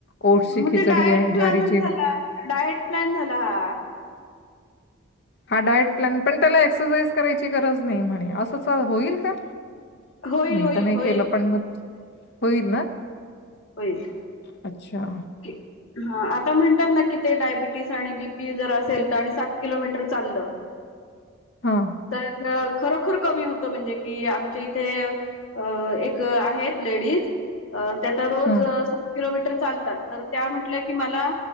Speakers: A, on the left (about 55°); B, on the left (about 75°).
A: ओट्सची
B: मग
A: खिचडी
B: ते डायट
A: आहे, ज्वारीची
B: प्लॅनच झाला डायट प्लॅन झाला हा.
A: हा डायट प्लॅन पण त्याला एक्सरसाइज करायची गरज नाही म्हणे असंच होईल का
B: होईल
A: मी
B: होईल
A: तर नाही
B: होईल
A: केलं पण मग होईल ना
B: होईल
A: अच्छा,
B: की हा आता म्हणतात ना की ते डायबिटीज आणि बीपी जर असेल तर आणि सात किलोमीटर चाललं.
A: हा
B: तर खरोखर कमी होतं म्हणजे कि, आमच्या ते अ एक आहेत लेडीज किलोमीटर
A: हां.
B: चालतात, तर त्या म्हटल्या कि मला